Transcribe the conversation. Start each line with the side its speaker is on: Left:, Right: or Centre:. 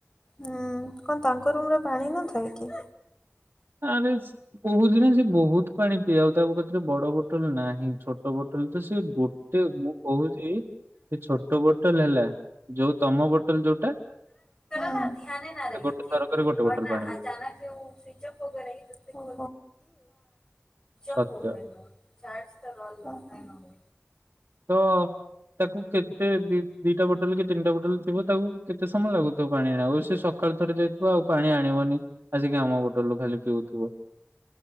Left: ହୁଁ କଣ ତାଙ୍କ ରୁମ ରେ ପାଣି ନଥାଏ କି।
Right: ଆରେ କହୁଛି ନା ସେ ବହୁତ ପାଣି ପିଏ ଆଉ ତାଙ୍କ ପାଖରେ ବଡ ବୋଟଲ ନାହିଁ ଛୋଟ ଛୋଟ ବୋଟଲ ତ ସେ ଗୋଟେ ମୁଁ କହୁଛି ସେ ଛୋଟ ବୋଟଲ ହେଲା। ଯୋଉ ତମ ବୋଟେଲ ଯୋଉଟା
Left: ଧ୍ୟାନ ନା
Right: ସେ
Left: ରହି
Right: ଗୋଟେ
Left: ଠିକ
Right: ଥରକରେ ଗୋଟେ ବୋଟଲ
Left: ଅ ନା
Right: ପାଣି ପିଇବ
Left: ଅଚାନକ ସେ ସ୍ଵିଚ
Right: ସତ୍ୟ
Left: ଅପ୍ <unintelligible> ଓହୋ <unintelligible>
Right: ତ ତାକୁ କେତେ ଦ ଦିଟା ବୋଟଲ କି ତିନିଟା ବୋଟଲ ଥିବ ତାକୁ କେତେ ସମୟ ଲାଗୁଥିବ ପାଣି ଆଣ ଆଉ ସେ ସକାଳୁ ଥରେ ଯାଇଥିବ ଆଉ ପାଣି ଆଣିବନି ଆସିକି ଆମ ହୋଟେଲରୁୁ ଖାଲି ପିଉଥିବ।